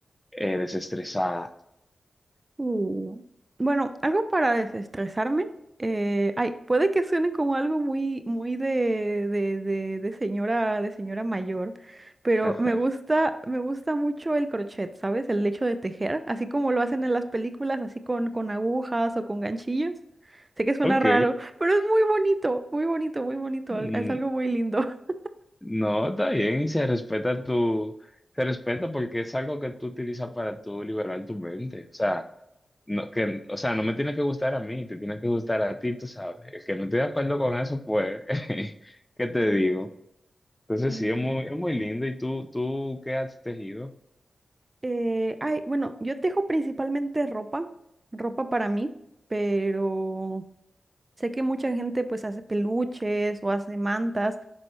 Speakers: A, on the left (about 15°); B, on the right (about 30°).
A: eh, desestresada.
B: Uh, Bueno, algo para desestresarme. eh, ay, puede que suene como algo muy, muy de, de, de, de señora, de señora mayor, pero
A: <laughs>
B: me gusta, me gusta mucho el crochet, ¿sabes? El hecho de tejer, así como lo hacen en las películas, así con, con agujas o con ganchillos. Sé que suena
A: Ok,
B: raro, pero es muy bonito, muy bonito, muy bonito.
A: mm,
B: al- Es algo muy lindo. <laughs>
A: no, está bien y se respeta tu, se respeta porque es algo que tú utilizas para tú liberar tu mente. O sea, no, que, o sea, no me tiene que gustar a mí, te tiene que gustar a ti, tú sabes. El que no esté de acuerdo con eso, pues, <laughs> ¿qué te digo? Entonces
B: Sí.
A: sí, es muy, es muy lindo. ¿Y tú, tú qué has tejido?
B: Eh, ay, bueno, yo tejo principalmente ropa, ropa para mí, pero Sé que mucha gente pues hace peluches o hace mantas.